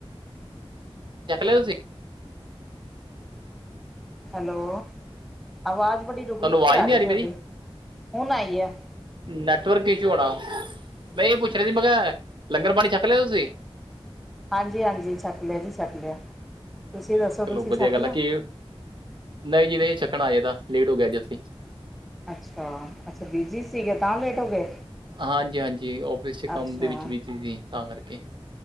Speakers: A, on the right; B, in the centre.
A: ਚੱਕ ਲਿਆਂ ਤੁਸੀਂ
B: ਹੈਲੋ, ਆਵਾਜ਼ ਬੜੀ ਰੁਕ-
A: ਤੁਹਾਨੂੰ
B: ਰੁਕ
A: ਆਵਾਜ਼
B: ਕੇ ਆ
A: ਨਹੀਂ
B: ਰਹੀ ਤੁਹਾਡੇ,
A: ਮੇਰੀ
B: ਹੁਣ ਆਈ ਆ
A: ਨੈਟਵਰਕ ਇਸ਼ੂ ਹੋਣਾ, ਮੈਂ ਇਹ ਪੁੱਛ ਰਿਹਾ ਸੀ ਮੈਂ ਕਿਹਾ ਲੰਗਰ ਪਾਣੀ ਛੱਕ ਲਿਆ ਤੁਸੀਂ
B: ਹਾਂਜੀ-ਹਾਂਜੀ ਛੱਕ ਲਿਆ ਜੀ, ਛੱਕ ਲਿਆ, ਤੁਸੀਂ ਦੱਸੋ
A: ਚਲੋ
B: ਤੁਸੀਂ
A: ਵਧੀਆ
B: ਛੱਕ
A: ਗੱਲ
B: ਲਿਆ
A: ਆ ਕਿ ਨਹੀਂ ਜੀ ਨਹੀਂ ਛਕਣਾ ਹਜੇ ਤਾਂ ਲੇਟ ਹੋ ਗਿਆ ਅੱਜ ਅਸੀਂ
B: ਅੱਛਾ-ਅੱਛਾ ਬੀਜੀ ਸੀਗੇ ਤਾਂ ਲੇਟ ਹੋ ਗਏ
A: ਹਾਂਜੀ-ਹਾਂਜੀ ਆਫਿਸ ਚ ਕੰਮ
B: ਅੱਛਾ
A: ਦੇ ਵਿੱਚ ਬੀਜੀ ਸੀ ਤਾਂ ਕਰਕੇ